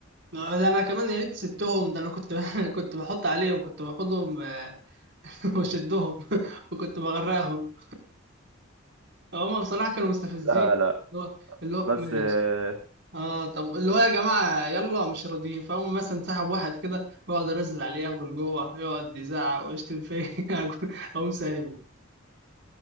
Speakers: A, on the right; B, on the right.
A: ده انا كمان يا ريت سبتهم ده انا كنت <laughs> كنت بحط عليهم كنت باخدهم آه، <laughs> واشدهم <laughs> وكنت بغرقهم هما بصراحة كانوا مستفزين
B: لا لا
A: اللي هو اللي هو
B: بس
A: ماشي
B: آه،
A: اه طب اللي هو يا جماعة يلا مش راضيين فهم مثلا سحب واحد كده واقعد انزل عليه ياخده لجوه يقعد يزعق ويشتم فيا <laughs> اقوم سايبه